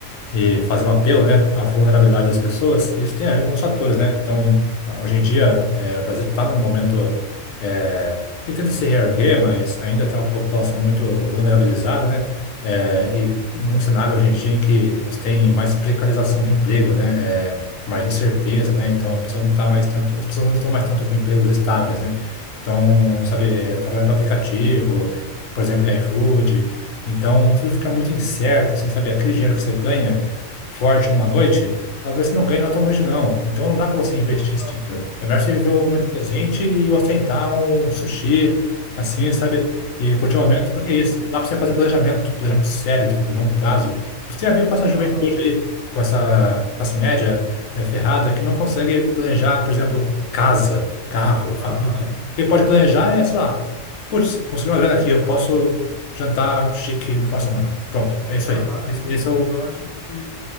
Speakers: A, on the left; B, on the left.
A: e fazer um apelo, né, à vulnerabilidade das pessoas, isso tem a ver com os fatores, né? Então, hoje em dia, eh, o Brasil está num momento eh, que tenta se reerguer, mas ainda tem uma população muito vulnerabilizada, né? Eh, e num cenário hoje em dia em que você tem mais precarização do emprego, né? Eh, mais incerteza, né? Então, a pessoa não tá mais tanto, as pessoas não estão mais tanto com empregos estáveis, né? Então, sabe, eh, trabalhando para aplicativo, por exemplo, em iFood. Então, tudo fica muito incerto, assim, sabe? Aquele dinheiro que você ganha forte numa noite, talvez você não ganhe na outra noite, não. Então não dá para você investir
B: Total.
A: esse dinheiro. É melhor você viver o
B: Uhum,
A: momento presente e ostentar um sushi, assim, sabe? E curtir
B: naquela
A: o momento, porque é
B: hora.
A: isso. Dá para você fazer planejamento, planejamento sério, de longo prazo. Você tem a ver com essa juventude
B: Aham,
A: aí, com essa classe média eh, ferrada que não consegue planejar, por exemplo, casa, carro, família.
B: aham,
A: O que pode planejar é, sei lá, putz, consegui uma grana aqui, eu posso jantar chique no final de semana. Pronto, é isso
B: aham.
A: aí. Esse, esse é o.
B: Eu acho que